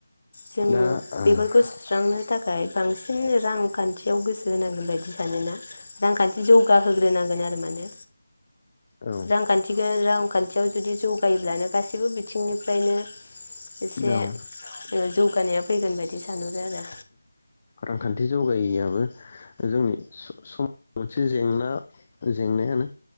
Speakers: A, on the left; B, on the left.
A: जोङो
B: दा औ
A: बेफोरखौ सुस्रांनो थाखाय बांसिनो रांखान्थियाव गोसो होनांगोन बायदि सानोना रांखान्थि जौगा होग्रोनांगोन आरो माने।
B: औ
A: रांखान्थिखौ रांखान्थियाव जुदि जौगायोब्लानो गासैबो बिथिंनिफ्रायनो इसे
B: औ
A: जौगानाया फैगोन बायदि सानहरो आरो
B: रांखान्थि जौगायिआबो जोंनि सम सम मोनसे जेंना जेंनायानो